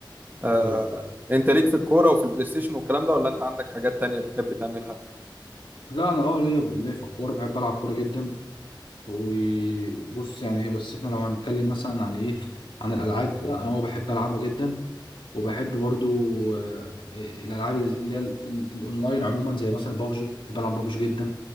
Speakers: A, on the right; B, on the left.
A: آه...
B: ايوه
A: انت ليك في الكوره وفي البلاي ستيشن والكلام ده ولا انت عندك حاجات تانية بتحب تعملها
B: لا انا اه ليا ليا في الكوره بحب العب كوره جدا وبص يعني هي بس احنا لو هنتكلم مثلا عن ايه عن الالعاب لا انا هو بحب العبها جدا وبحب برضو آه، آه، الالعاب اللي هي ال- ال- الاونلاين عموما زي مثلا بابجي بحب العب بابجي جدا